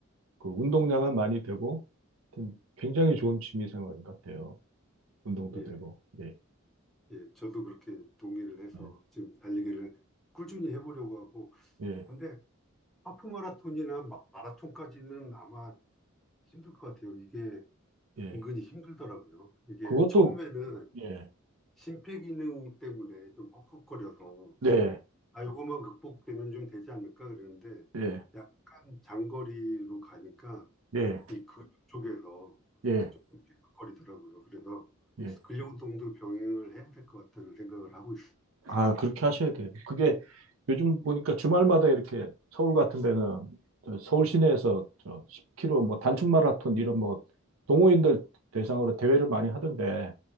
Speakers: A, on the right; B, in the centre.
A: 그 운동량은 많이 되고, 하여튼 굉장히 좋은 취미 생활인 것 같아요. 운동도
B: 중에.
A: 되고, 예,
B: 예, 예. 저도 그렇게 동의를 해서
A: 예,
B: 지금 달리기를 꾸준히 해보려고 하고
A: 예,
B: 근데 하프 마라톤이나 마- 라톤까지는 아마 힘들 것 같아요. 이게
A: 예.
B: 은근히 힘들더라고요. 이게
A: 그것도,
B: 처음에는
A: 예,
B: 심폐 기능 때문에 좀 헉헉거려서
A: 네,
B: 아, 요것만 극복되면 좀 되지 않을까 그랬는데
A: 예,
B: 약간 장거리로 가니까
A: 예,
B: 이 근육 쪽에서
A: 예,
B: 좀 삐걱거리더라고요. 그래서
A: 예.
B: 근력 운동도 병행을 해야 될 것 같다는 생각을 하고 있어요.
A: 아, 그렇게 하셔야 돼요. 그게 요즘 보니까 주말마다 이렇게 서울 같은 데는 저 서울 시내에서 저 10km 뭐 단축 마라톤 이런 뭐 동호인들 대상으로 대회를 많이 하던데